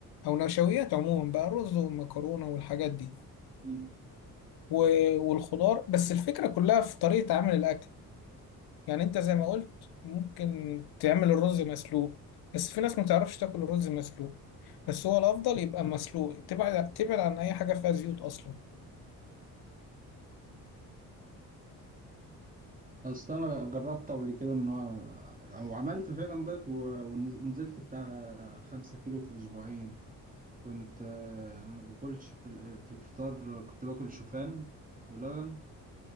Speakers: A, on the left; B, on the right.
A: أو نشويات عموما بقى رز والمكرونة والحاجات دي
B: مم.
A: و- والخضار بس الفكرة كلها في طريقة عمل الأكل يعني أنت زي ما قلت ممكن تعمل الرز مسلوق بس في ناس ما تعرفش تاكل الرز مسلوق بس هو الأفضل يبقى مسلوق تبعد تبعد عن أي حاجة فيها زيوت أصلا
B: اصل انا جربت قبل كده ان هو او عملت فعلا دايت و- ونز- ونزلت بتاع خمسة كيلو في اسبوعين كنت آه، ما باكلش في ال- في الفطار كنت باكل شوفان ولبن